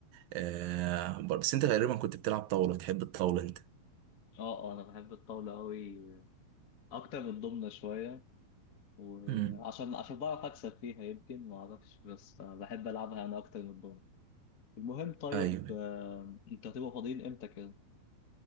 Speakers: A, on the right; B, on the left.
A: آه بس انت غالبا كنت بتلعب طاولة بتحب الطاولة انت
B: اه اه انا بحب الطاولة قوي اكتر من الضمنة شوية وعشان
A: امم
B: عشان بعرف اكسب فيها يمكن ما اعرفش بس آه، بحب العبها انا اكتر من الضمنة المهم طيب
A: ايوه
B: آه، انت هتبقى فاضيين امتى كده